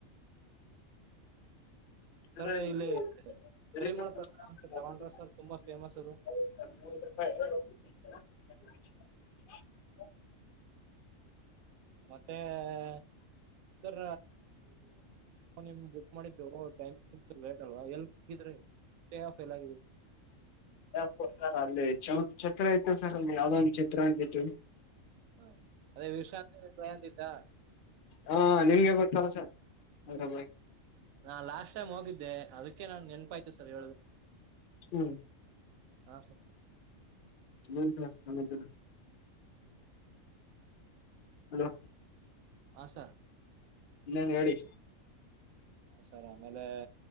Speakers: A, on the left; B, on the right.
A: ಹ
B: ಸರ್ ಇಲ್ಲಿ ಪರಿಮಳ ಪ್ರಕಾರ ಅಂತ ತಗೊಂಡ್ರ ಸರ್ ತುಂಬಾ ಫೇಮಸ್ ಅದು
A: <unintelligible>
B: ಹ ಮತ್ತೆರ ನಿಮ ಮಾಡಿದ್ದಟ್ಲ್ ಎ್ರ ಸ್ಟೇ ಆಫ್ ಎಲ್ಲ <inaudible>
A: ಪಷಾರ ಆಗ್ಲಿ ಚೌ ಚಛತ್ರ ಇತ್ತು ಸರ್ ಒಂದ ಯಾವ್ದ ಒಂದು್ ಚಛತ್ರ ಆಗಿತ್ತು
B: ಹ ಅದೇ ವಿಷಾಂತಯ ಚಾರ್
A: ಹಾ ನಿಮ್ಗೆ ಗೊತ್ತಲ್ಲ ಸರ್ ಅದ್ರ
B: ನಾನ್ ಲಾಸ್ಟ್ ಟೈಮ್ ಹೋಗಿದ್ದೆ ಅದಕ್ಕೆ ನಾನ್ ನೆನಪಾಯ್ತು ಸರ್ ಹೇಳುದು
A: ಹ್ಮ್
B: ಹಾ ಸರ್
A: ಏನ್ ಸರ್ ಹಂತ ಹಲೋ
B: ಹಾ ಸರ್
A: ನ್ನೇನ್ ಹೇಳಿ
B: ಹ ಸರ್ ಆಮೇಲೆ